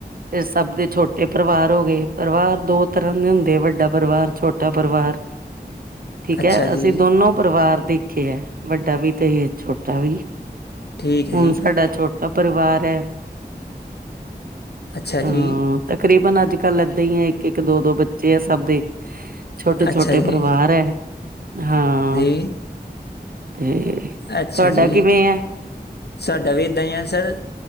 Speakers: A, on the right (about 60°); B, on the left (about 75°).
A: ਫਿਰ ਸਭ ਦੇ ਛੋਟੇ ਪਰਿਵਾਰ ਹੋ ਗਏ, ਪਰਿਵਾਰ ਦੋ ਤਰ੍ਹਾਂ ਦੇ ਹੁੰਦੇ ਆ ਵੱਡਾ ਪਰਿਵਾਰ ਛੋਟਾ ਪਰਿਵਾਰ, ਠੀਕ
B: ਅੱਛਾ
A: ਹੈ
B: ਜੀ
A: ਅਸੀਂ ਦੋਨੋ ਪਰਿਵਾਰ ਦੇਖੇ ਹੈ, ਵੱਡਾ ਵੀ ਤੇ ਛੋਟਾ ਵੀ,
B: ਠੀਕ ਹੈ
A: ਹੁਣ
B: ਜੀ
A: ਸਾਡਾ ਛੋਟਾ ਆਪ ਪਰਿਵਾਰ ਹੈ
B: <inaudible> ਜੀ
A: ਹਾਂ, ਤਕਰੀਬਨ ਅੱਜ ਕੱਲ੍ਹ ਇਏਦਾਂ ਹੀ ਆ ਇੱਕ, ਇੱਕ ਦੋ, ਦੋ ਬੱਚੇ ਆ ਸਭ ਦੇ ਛੋਟੇ,
B: ਅੱਛਾ
A: ਛੋਟੇ
B: ਜੀ
A: ਪਰਿਵਾਰ ਹੈ, ਹਾਂ।
B: ਤੇ
A: ਤੇ
B: ਅੱਛਾ
A: ਤੁਹਾਡਾ
B: ਜੀ।
A: ਕਿਵੇਂ ਹੈ
B: ਸਾਡਾ ਵੀ ਇੱਦਾਂ ਹੀ ਆ ਸਰ,